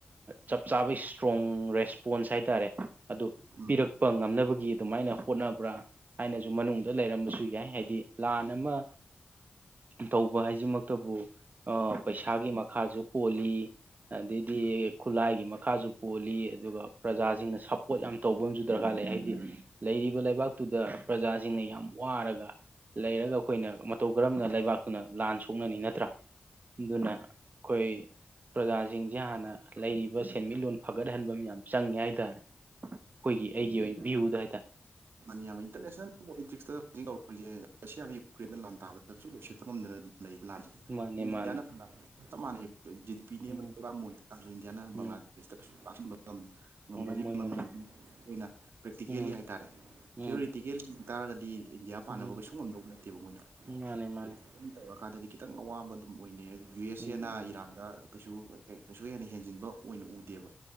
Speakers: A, on the right; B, on the right.
A: ꯆꯞ ꯆꯥꯕ ꯏꯁꯇ꯭ꯔꯣꯡ ꯔꯦꯁꯄꯣꯟ ꯄꯣꯟꯁ ꯍꯥꯏꯇꯥꯔꯦ ꯑꯗꯨ
B: ꯎꯝ
A: ꯄꯤꯔꯛꯄ ꯉꯝꯅꯕꯒꯤ ꯑꯗꯨꯃꯥꯏꯅ ꯍꯣꯠꯅꯕ꯭ꯔꯥ ꯍꯥꯏꯅꯁꯨ ꯃꯅꯨꯡꯗ ꯂꯩ ꯂꯩꯔꯝꯕꯁꯨ ꯌꯥꯏ ꯍꯥꯏꯗꯤ ꯂꯥꯟ ꯑꯃ ꯇꯧꯕ ꯍꯥꯏꯁꯤꯃꯛꯇꯕꯨ ꯑ ꯄꯩꯁꯥꯒꯤ ꯃꯈꯥꯁꯨ ꯄꯣꯜꯂꯤ ꯑꯗꯩꯗꯤ ꯈꯨꯠꯂꯥꯏꯒꯤ ꯃꯈꯥꯁꯨ ꯄꯣꯜꯂꯤ ꯑꯗꯨꯒ ꯄ꯭ꯔꯖꯥꯁꯤꯡꯅ ꯁꯞꯄꯣꯔꯠ ꯌꯥꯝ ꯇꯧꯕ ꯑꯃꯁꯨ ꯗꯔꯀꯥꯔ ꯂꯩ ꯂꯩ ꯍꯥꯏꯗꯤ ꯂꯩꯔꯤꯕ ꯂꯩꯕꯥꯛꯇꯨꯗ ꯄ꯭ꯔꯖꯥꯁꯤꯡꯅ ꯌꯥꯝ ꯋꯥꯔꯒ ꯂꯩꯔꯒ ꯑꯩꯈꯣꯏꯅ ꯃꯇꯧ ꯀꯔꯝꯅ ꯂꯩꯕꯥꯛꯇꯨꯅ ꯂꯥꯟ ꯁꯣꯛꯅꯅꯤ ꯅꯠꯇ꯭ꯔꯥ ꯑꯗꯨꯅ ꯑꯩꯈꯣꯏ ꯄ꯭ꯔꯖꯥꯁꯤꯡꯁꯦ ꯍꯥꯟꯅ ꯂꯩꯔꯤꯕ ꯁꯦꯟꯃꯤꯠꯂꯣꯟ ꯐꯒꯠꯍꯟꯕ ꯌꯥꯝ ꯆꯪꯉꯦ ꯍꯥꯏꯇꯥꯔꯦ ꯑꯩꯈꯣꯏꯒꯤ ꯑꯩꯒꯤ ꯑꯣꯏꯅ ꯚ꯭ꯌꯨꯗ ꯍꯥꯏꯇꯥꯔꯦ
B: ꯏꯔꯅꯦ ꯏꯟꯇꯔꯅꯦꯁꯅꯦꯜꯣꯂꯤ ꯑꯩꯈ ꯔꯁꯤꯌꯥꯅ ꯌꯨꯀ꯭ꯔꯦꯟꯗ ꯂꯥꯟ ꯇꯥꯕꯗ ꯀꯩꯁꯨ ꯂꯣꯏ ꯁꯦꯠꯄ ꯉꯝꯗꯅ ꯑꯗꯨꯝ ꯂꯩꯕ ꯂꯥꯟꯁꯦ
A: ꯃꯥꯅꯦ
B: ꯏꯟꯗꯤꯌꯥ
A: ꯃꯥꯅꯦ
B: ꯆꯞ ꯃꯥꯟꯅꯩ ꯖꯤ ꯗꯤ ꯄꯤꯕ
A: ꯎꯝ
B: ꯃꯣꯏ ꯏꯟꯗꯤꯌꯥ
A: ꯎꯝ
B: ꯕꯒ꯭ꯂꯥꯗꯦꯁꯇ ꯂꯥꯛꯁꯤꯟꯕ ꯉꯝꯕꯒꯤ
A: ꯉꯝꯃꯣꯏ
B: ꯃꯃꯤꯗꯤ
A: ꯉꯝꯃꯣꯏ
B: ꯑꯣꯏꯅ ꯄ꯭ꯔꯦꯛꯇꯤꯀꯦꯜꯂꯤ
A: ꯎꯝ
B: ꯍꯥꯏꯇꯥꯔꯦ
A: ꯎꯝ
B: ꯊꯤꯑꯣꯣꯔꯤꯇꯤꯀꯦꯜ ꯇꯥꯔꯒꯗꯤ ꯏꯟꯗꯤꯌꯥ ꯄꯥꯟꯅꯕꯒꯩ
A: ꯎꯝ
B: ꯁꯨꯡ ꯉꯝꯗꯣꯛ ꯅꯠꯇꯦꯕ ꯃꯣꯏꯅ
A: ꯃꯥꯅꯦ ꯃꯥꯅꯦ
B: ꯄ꯭ꯔꯛꯇ ꯇꯧꯔꯀꯥꯟꯗꯗꯤ ꯈꯤꯇꯪ ꯑꯋꯥꯕ ꯑꯗꯨꯝ ꯑꯣꯏꯅꯩ ꯑꯗꯨ ꯌꯨ ꯑꯦꯁ
A: ꯎꯝ
B: ꯑꯦꯅ ꯏꯔꯥꯟꯗ ꯀꯩꯁꯨ ꯀꯩꯁꯨ ꯍꯦꯟꯅ ꯍꯦꯟꯖꯤꯟꯕ ꯑꯣꯏꯅ ꯎꯗꯦꯕ